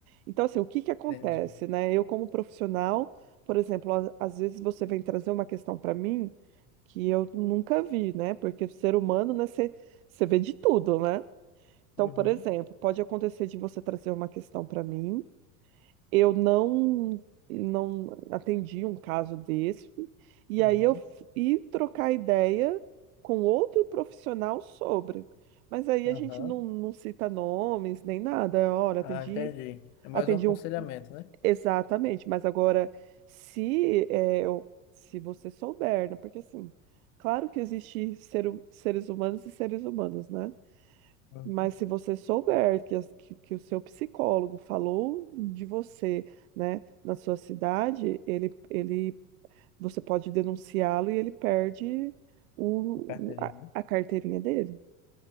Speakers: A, on the right; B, on the left.
A: Então, assim, o que que acontece,
B: Entendi.
A: né? Eu, como profissional, por exemplo, a- às vezes você vem trazer uma questão para mim que eu nunca vi, né? Porque ser humano, né, você você vê de tudo, né? Então,
B: uhum,
A: por exemplo, pode acontecer de você trazer uma questão para mim eu não não atendi um caso desse. E
B: uhum,
A: aí eu fui trocar ideia com outro profissional sobre. Mas aí
B: Aham.
A: a gente não, não cita nomes nem nada. Olha,
B: Ah,
A: atendi,
B: entendi. É mais
A: atendi
B: um aconselhamento,
A: um
B: né?
A: exatamente, mas agora se é, eu- se você souber, né? Porque assim, claro que existe ser, hu- seres humanos e seres humanos, né?
B: uhum.
A: Mas se você souber que, as- que, que o seu psicólogo falou de você, né, na sua cidade, ele, ele, você pode denunciá-lo e ele perde o,
B: Uma carteirinha,
A: o- a,
B: né?
A: a carteirinha dele.